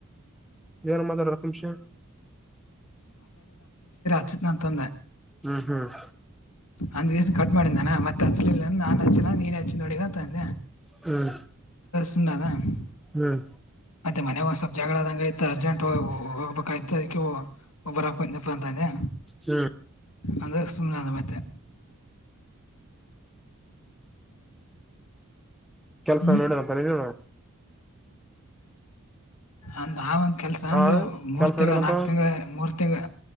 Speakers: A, in the centre; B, on the left.
A: ಏನ ಮಾತಾಡಿದಿ ಹತ್ತು ನಿಮಿಷ.
B: ಹಚ್ತಿನಿ ಅಂತ ಅಂದ.
A: ಹ್ಮ್ ಹ್ಮ್.
B: ಅಂದ್ ಗೆಸಿ ಕಟ್ ಮಾಡಿದಾನ ಮತ್ತೆ ಹಚ್ಲಿಲ್ಲ ನಾನ್ ಹಚ್ಚಿಲ್ಲಾ ನೀನ್ ಹಚ್ಚಿ ನೋಡಿಗ ಅಂತ ಅಂದೇ.
A: ಹ್ಮ.
B: <unintelligible>
A: ಹ್ಮ್.
B: ಮತ್ತೆ ಮನೆಗೆ ಒಂದ್ಸ್ವಲ್ಪ ಜಗಳಾದಂಗತ ಅರ್ಜೆಂಟ್ ಹೋಗ್ಬೇಕಾಯ್ತ ಅದಕ ಒಬ್ಬ. ಕ ನಪಾಯಂತ್ದದೆ
A: ಹ್ಮ್
B: ಅಂದೇ ಸುಮ್ನೆ ಆದ ಮತೇ.
A: ಕೆಲ್ಸ
B: ಹ್ಮ್
A: ನೋಡಿಬೇಕಂತಾರೆ ನೀ.
B: ಅಂದ್ರೆ ಅವ ಅಂತ ಕೆಲಸ
A: ಹಾ
B: ಅಂದ್ರೆ ಮೂರು
A: ಕೆಲ್ಸ
B: ತಿಂಗಳ
A: ನೋಡೇನಪ್ಪ
B: ನಾಲ್ಕು ತಿಂಗಳ ಮೂರು ತಿಂಗಳ.